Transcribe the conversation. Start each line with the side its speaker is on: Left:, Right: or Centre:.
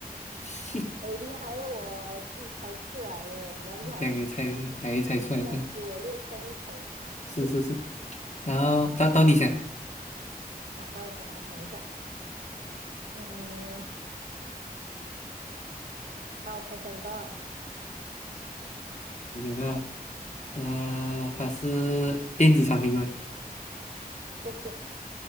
Left: <laughs>
Right: 哎，厉害了我，我自己猜出来的，我比较厉害，
Left: 这样也猜还猜出来看，
Right: 暂时我略胜一筹 <laughs>
Left: 是是是，然后到到你想，
Right: 啊。但我想，我想一下，嗯，好，我想到了
Left: 你想到，它它是电子产品吗？
Right: 不是，